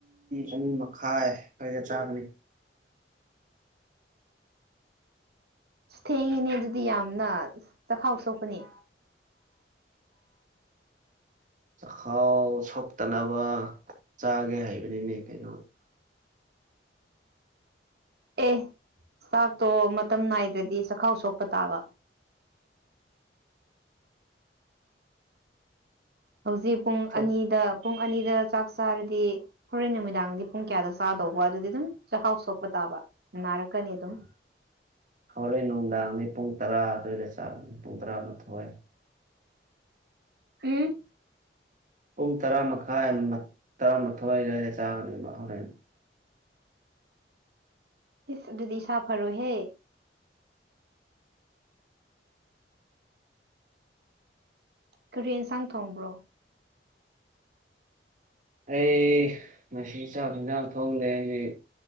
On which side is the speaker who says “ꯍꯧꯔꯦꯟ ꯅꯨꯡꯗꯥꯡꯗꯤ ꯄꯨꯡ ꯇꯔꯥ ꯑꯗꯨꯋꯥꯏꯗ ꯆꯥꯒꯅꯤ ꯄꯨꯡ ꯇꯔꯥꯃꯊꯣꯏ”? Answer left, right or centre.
Right